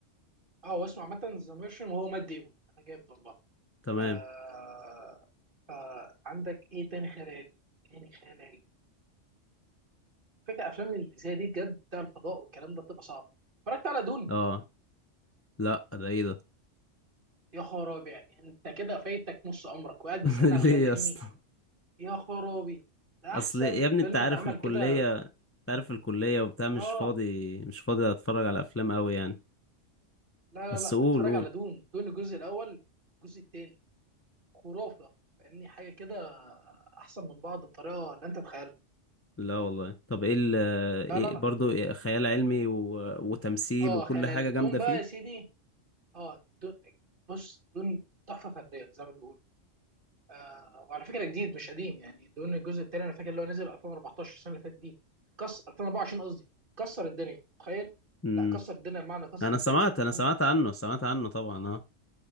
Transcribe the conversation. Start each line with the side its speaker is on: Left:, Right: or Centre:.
Right: اه واسمه عامه ذا ميرشن وهو مات ديمون انا جامد والله
Left: تمام
Right: آه... فعندك ايه تاني خيال علمي تاني خيال علمي فكرة افلام اللي زي دي بجد بتاع الفضاء والكلام ده بتبقى صعب اتفرجت على دون
Left: اه لا ده ايه ده
Right: يا خرابي يعني انت كده فايتك نص عمرك وقاعد
Left: <laughs>
Right: بتسالني على
Left: ليه
Right: خيال علمي
Left: يا اسطى
Right: يا خرابي ده
Left: اصل
Right: احسن
Left: يا ابني
Right: فيلم
Left: انت عارف
Right: اتعمل
Left: الكلية
Right: كده
Left: انت عارف الكلية وبتاع مش
Right: اه
Left: فاضي مش فاضي اتفرج على افلام قوي يعني
Right: لا
Left: بس
Right: لا لا
Left: قول
Right: اتفرج
Left: قول
Right: على دون دون الجزء الاول الجزء الثاني خرافه فاهمني حاجه كده احسن من بعض بطريقه لا انت تتخيلها
Left: لا والله طب ايه, ال- إيه
Right: لا لا لا
Left: برضو إيه خيال علمي و... وتمثيل
Right: اه
Left: وكل
Right: خيال
Left: حاجة
Right: علمي
Left: جامدة
Right: دون بقى
Left: فيه
Right: يا سيدي اه دون بص دون تحفه فنيه زي ما بيقولوا آه وعلى فكره جديد مش قديم يعني دون الجزء الثاني انا فاكر اللي هو نزل 2014 السنه اللي فاتت دي كسر 2024 قصدي كسر الدنيا تخيل
Left: امم
Right: لا كسر الدنيا بمعنى كسر
Left: انا
Right: الدنيا
Left: سمعت
Right: فاهمني
Left: انا سمعت عنه سمعت عنه طبعا اه